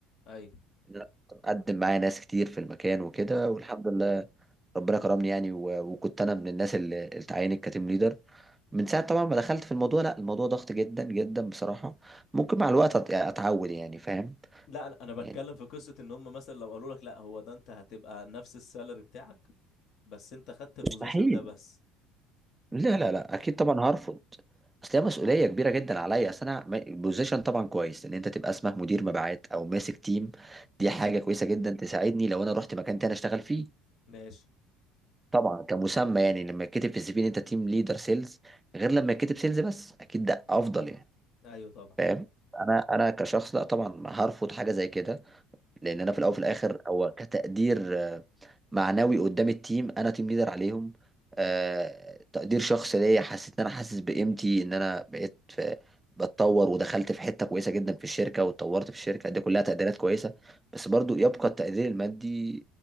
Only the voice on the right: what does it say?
لا، اقدم معايا ناس كتير في المكان وكده والحمد لله ربنا كرمني يعني و- وكنت انا من الناس اللي اللي اتعينت كتيم ليدر من ساعه طبعا ما دخلت في الموضوع لا الموضوع ضغط جدا جدا بصراحه ممكن مع الوقت أت- يعني اتعود يعني فاهم
يعني
مستحيل
لا
لا لا اكيد طبعا هرفض اصل هي مسؤوليه كبيره جدا عليا اصل انا م- البوزيشن طبعا كويس ان انت تبقى اسمك مدير مبيعات او ماسك تيم دي
حاجه كويسه جدا تساعدني لو انا رحت مكان تاني اشتغل فيه
طبعا كمسمى يعني لما يتكتب في السي في ان انت تيم ليدر سيلز غير لما يتكتب سيلز بس اكيد ده افضل يعني
فاهم انا انا كشخص لا طبعا هرفض حاجه زي كده لان انا في الاول وفي الاخر هو كتقدير آه، معنوي قدام التيم انا تيم ليدر عليهم آه، تقدير شخصي ليا حسيت ان انا حاسس بقيمتي ان انا بقيت في بتطور ودخلت في حته كويسه جدا في الشركه واتطورت في الشركه دي كلها تقديرات كويسه بس برضو يبقى التقدير المادي